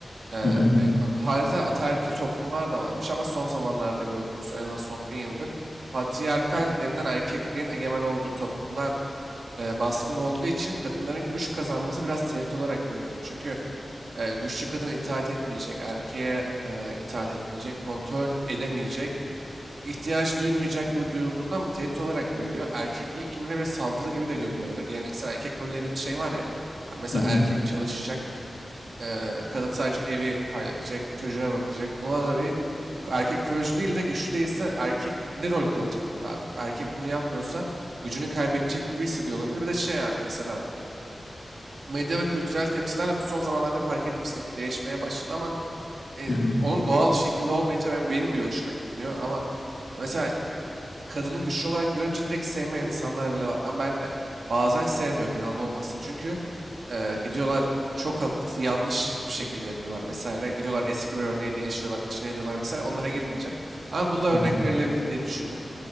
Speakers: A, on the right; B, on the left.
A: Ee,
B: Hı hı,
A: e, ba- tarihte ataerkil toplumlar da varmış ama son zamanlarda gördüğümüz en azından son bin yıldır patriarkal denilen erkekliğin egemen olduğu toplumlar e, baskın olduğu için kadınların güç kazanması biraz tehdit olarak görünüyor. Çünkü e, güçlü kadın itaat etmeyecek, erkeğe e, itaat etmeyecek, kontrol edemeyecek, ihtiyaç duymayacak gibi duyulduğunda ama tehdit olarak görülüyor. Erkeklik kimliğine bir saldırı gibi de görülüyor olabilir. Geleneksel erkek rolü dediğimiz şey var ya. hani Mesela
B: hı hı,
A: erkek çalışacak, e, kadın sadece evi halledecek, çocuğa bakacak. Buna da bir erkek koruyucu değil de güçlü değilse erkek ne rol kalacak gibi abi. Erkek bunu yapmıyorsa gücünü kaybedecek gibi hissediyor olabilir. Bir de şey abi mesela medya ve kültürel temsillerle bu son zamanlarda bir fark etmişsin ki değişmeye başladı ama e,
B: hı
A: onun doğal şekilde olmayınca ben benim bile hoşuma gitmiyor ama e, mesela kadının güçlü olarak görünce direkt sevmeyen insanlar bile var ama ben de bazen sevmiyorum yalan olmasın çünkü e, gidiyorlar çok ha- yanlış bir şekilde yapıyorlar vesaire gidiyorlar eski bir örneği değişiyorlar içine ediyorlar vesaire onlara girmeyeceğim ama bunda
B: hı,
A: örnek verilebilir diye düşündüm.